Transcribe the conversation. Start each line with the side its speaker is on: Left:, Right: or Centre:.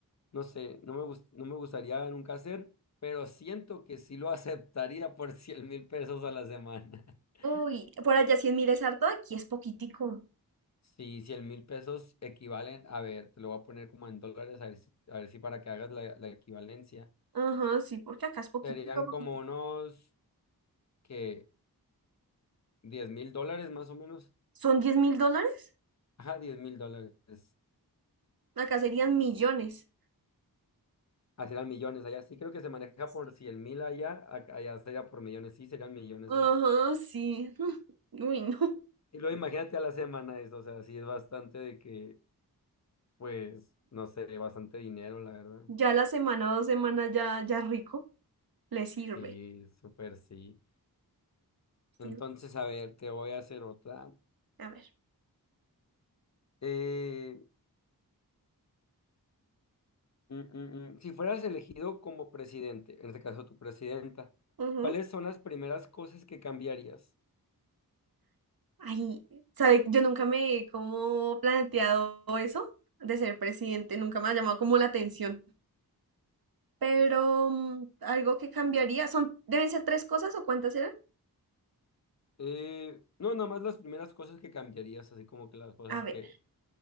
Left: no sé, no me gus- no me gustaría nunca hacer, pero siento que sí lo <laughs> aceptaría por cien mil pesos a la semana. <laughs>
Right: Uy, por allá cien mil es harto, aquí es poquitico.
Left: Sí, 100 mil pesos equivalen, a ver, te lo voy a poner como en dólares, a ver si, a ver si para que hagas la la equivalencia.
Right: Ajá, sí, porque acá es poquitico,
Left: Serían
Right: poquitico.
Left: como unos que diez mil dólares más o menos.
Right: ¿Son diez mil dólares?
Left: Ajá, diez mil dólares.
Right: Acá serían millones.
Left: Así eran millones allá. Sí, creo que se maneja
Right: Sí.
Left: por 100 mil allá. ac- Allá sería por millones. Sí, serían millones
Right: Ajá,
Left: allá.
Right: sí. <laughs> Uy, no.
Left: Y luego imagínate a la semana eso. O sea, sí es bastante de que, pues, no sé, bastante dinero, la verdad.
Right: Ya la semana o dos semanas ya, ya rico, le sirve.
Left: Sí, súper sí.
Right: Sirve.
Left: Entonces, a ver, te voy a hacer otra.
Right: A ver.
Left: Eh, mm, mm, mm. Si fueras elegido como presidente, en este caso tu presidenta,
Right: ujú.
Left: ¿cuáles son las primeras cosas que cambiarías?
Right: Ay, ¿sabe? Yo nunca me he como planteado eso de ser presidente, nunca me ha llamado como la atención. Pero mm, algo que cambiaría, son, deben ser tres cosas o cuántas eran.
Left: Eh, no, nada más las primeras cosas que cambiarías, así como que las cosas
Right: A ver,
Left: que